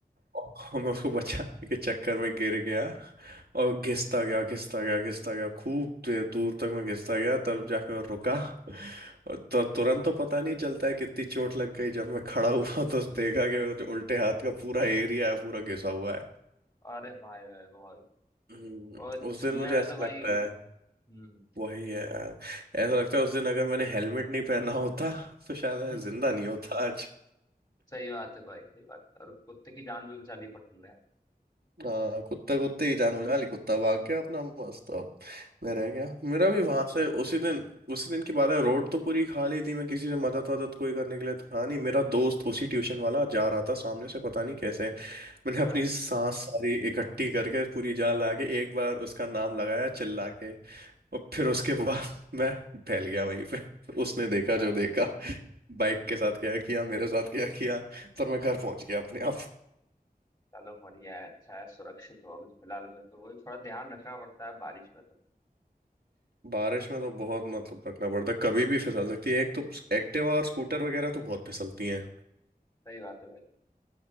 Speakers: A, on the right (about 75°); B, on the left (about 25°).
A: और मैं उसको बचाने के चक्कर में गिर गया और घिसता गया घिसता गया घिसता गया खूब देर दूर तक मैं घिसता गया तब जाके मैं रुका और तो तुरंत तो पता नहीं चलता है कितनी चोट लग गई जब मैं खड़ा हुआ तो देखा कि मेरे जो उल्टे हाथ का पूरा एरिया है पूरा घिसा हुआ है
B: अरे भाई भाई बहुत
A: हम्म,
B: बहुत
A: उस
B: छिलने
A: दिन मुझे
B: में
A: ऐसा
B: तो भाई
A: लगता है
B: हम्म
A: वही है यार ऐसा लगता है उस दिन अगर मैंने हेलमेट नहीं पहना होता तो शायद मैं
B: हम्म
A: जिंदा नहीं होता आज।
B: सही बात है भाई सही बात है। और कुत्ते की जान भी बचा ली पर तुमने <laughs>
A: हाँ कुत्ते कुत्ते की जान बचा ली कुत्ता भाग गया अपना मस्त अब मैं रह गया मेरा भी वहां से उसी दिन उसी दिन की बात है रोड तो पूरी खाली थी मैं किसी से मदद वदद कोई करने के लिए था नहीं मेरा दोस्त उसी ट्यूशन वाला जा रहा था सामने से पता नहीं कैसे मैंने अपनी
B: हाँ
A: सांस सारी इकट्ठी करके पूरी जान लगा के एक बार उसका नाम लगाया चिल्ला के और फिर उसके बाद <laughs> मैं फैल गया वहीं पे उसने देखा
B: हाँ,
A: जो देखा बाइक के साथ क्या किया मेरे साथ क्या किया पर मैं घर पहुंच गया अपने आप
B: चलो बढ़िया है अच्छा है सुरक्षित हो अभी फिलहाल में तो वही थोड़ा ध्यान रखना पड़ता है बारिश में तो
A: बारिश में तो बहुत मतलब रखना पड़ता है कभी भी फिसल सकती है एक तो एक्टिवा और स्कूटर वगैरह तो बहुत फिसलती हैं
B: सही बात है भाई